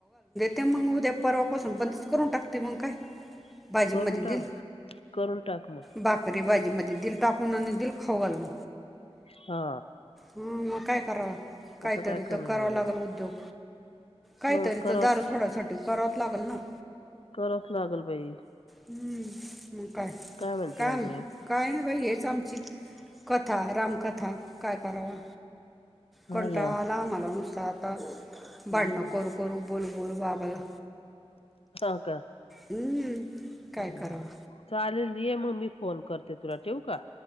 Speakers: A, in the centre; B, on the left (about 60°).
A: ते मग उद्या परवापासून बंदच करून टाकते मग काय. भाजीमध्ये
B: करून टाक
A: दिल
B: करून टाक मग
A: बाकरी-भाजीमध्ये दिल टाकून आणि दिल खाऊ घालून.
B: हा.
A: हूं म काय करावं? कायतरी
B: आता काय करणार
A: त करावं
B: आहे
A: लागल उद्योग. कायतरी
B: मग करावच
A: त दारु सोडायसाठी करावंच लागल ना.
B: करावच लागल बाई.
A: हम्म मंग काय?
B: म्हणते
A: काय
B: अजून
A: म्हणती? काय नाय बाई हेच आमची कथा, रामकथा काय करावा?
B: हा
A: कंटाळा
B: ना
A: आला आम्हाला नुसता आता
B: हम्म
A: भांडणं करू करू बोलू बलू बाबाला
B: ह का.
A: हम्म. काय
B: हूं हूं
A: करावा
B: हूं हूं चालेल ये म मी फोन करते तुला. ठेवू का?